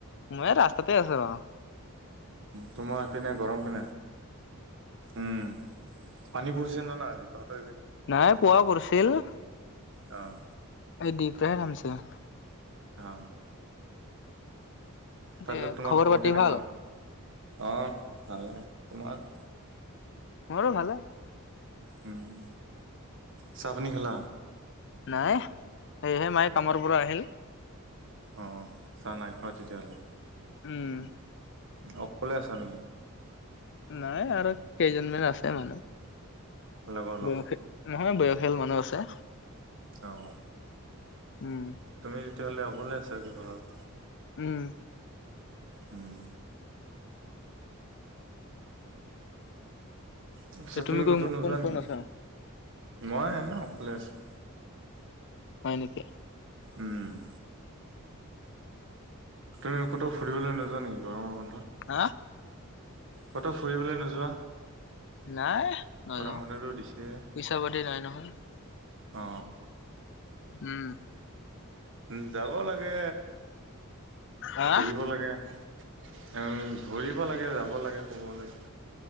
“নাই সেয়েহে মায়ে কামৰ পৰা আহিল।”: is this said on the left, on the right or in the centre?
Left